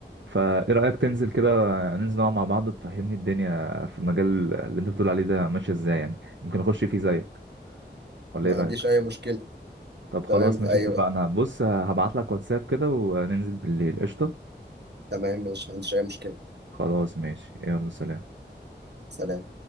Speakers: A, on the right (about 85°); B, on the right (about 65°).
A: فايه رايك تنزل كده آه، ننزل نقعد مع بعض تفهمني الدنيا في المجال اللي انت بتقول عليه ده ماشيه ازاي يعني يمكن اخش فيه زيك ولا
B: ما
A: ايه
B: عنديش
A: رايك
B: اي مشكله
A: طب خلاص
B: تمام في
A: ماشي
B: اي
A: اتفقنا
B: وقت
A: بص هبعت لك واتساب كده وننزل بالليل قشطه
B: تمام ماشي ما عنديش أي مشكلة
A: خلاص ماشي يلا سلام
B: سلام